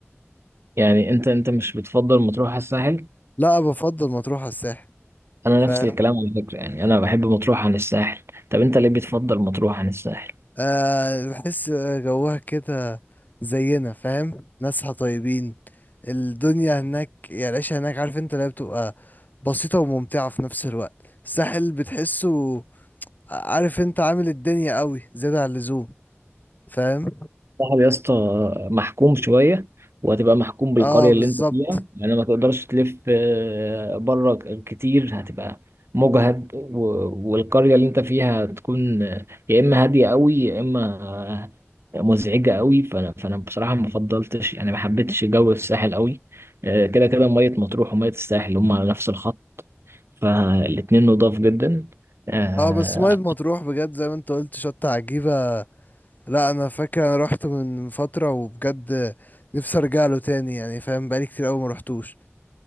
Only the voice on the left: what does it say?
لا بفضل مطروح على الساحل
فاهم
آه بحس جوها كده زينا فاهم ناسها طيبين الدنيا هناك يعني العيشة هناك عارف انت اللي هي بتبقى بسيطة وممتعة في نفس الوقت الساحل بتحسه عارف انت عامل الدنيا قوي زيادة عن اللزوم فاهم
اه بالظبط
اه بس ميه مطروح بجد زي ما انت قلت شطة عجيبة لا انا فاكر انا رحت من فترة وبجد نفسي ارجع له تاني يعني فاهم بقالي كتير قوي ما رحتوش